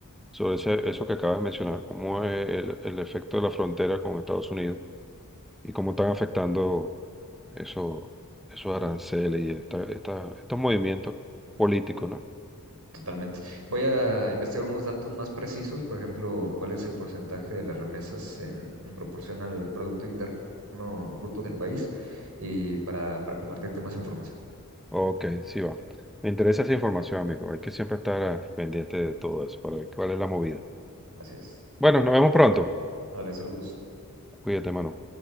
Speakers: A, in the centre; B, on the right.
A: sobre ese- eso que acabas de mencionar, cómo es el, el efecto de la frontera con Estados Unidos y cómo están afectando eso- esos aranceles y esta- esta- estos movimientos políticos, ¿no?
B: Totalmente. Voy a investigar unos datos más precisos, por ejemplo, cuál es el porcentaje de las remesas en, en proporción al Producto Interno Bruto del país y para, para compartirte más información.
A: Ok, sí va. Me interesa esa información, amigo. Hay que siempre estar ah, pendiente de todo eso para ver cuál es la movida.
B: Así es.
A: Bueno, nos vemos pronto.
B: Dale, saludos.
A: Cuídate, mano.